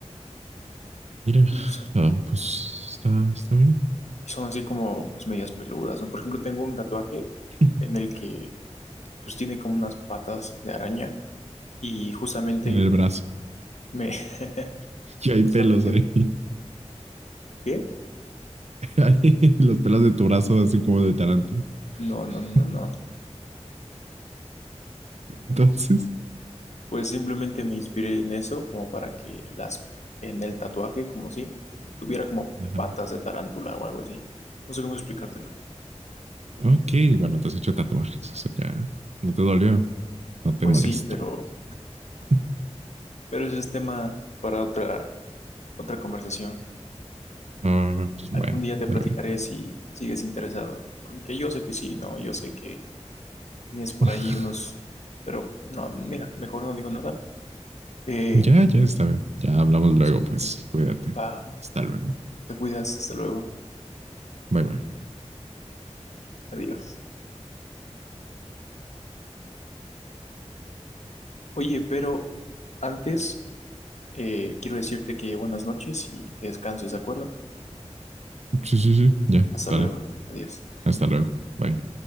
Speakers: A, on the right; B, on the left.
A: Mira,
B: Y son,
A: ah, pues está, está bien.
B: y son así como, pues medias peludas, ¿no? Por ejemplo, tengo un tatuaje
A: <laughs>
B: en el que, pues tiene como unas patas de araña y justamente
A: En el brazo.
B: Me, <laughs>
A: <laughs> Y hay
B: justamente,
A: pelos ahí.
B: ¿qué?
A: <laughs> Hay los pelos de tu brazo, así como de tarántula.
B: No, no,
A: <laughs>
B: no, no.
A: Entonces,
B: Pues simplemente me inspiré en eso como para que las, en el tatuaje, como si tuviera como
A: ajá.
B: patas de tarántula o algo así. No sé cómo explicártelo.
A: Ok, bueno, te has hecho tatuajes. Eso ya no te dolió, no te
B: Pues
A: molestó.
B: sí, pero,
A: <laughs>
B: pero ese es tema para otra, otra conversación.
A: Ah, pues,
B: Algún
A: bueno,
B: día te
A: está
B: platicaré
A: bien.
B: si sigues interesado, porque yo sé que sí, no, yo sé que tienes por
A: <laughs>
B: ahí unos, pero no, mira, mejor no digo nada. Eh,
A: Ya, ya está bien. Ya hablamos
B: pues,
A: luego, pues cuídate.
B: va,
A: Hasta luego.
B: te cuidas, hasta luego,
A: Bye, bye.
B: adiós. Oye, pero antes eh, quiero decirte que buenas noches y que descanses, ¿de acuerdo?
A: Sí, sí, sí. Ya,
B: Hasta
A: dale.
B: luego. Adiós.
A: Hasta luego. Bye.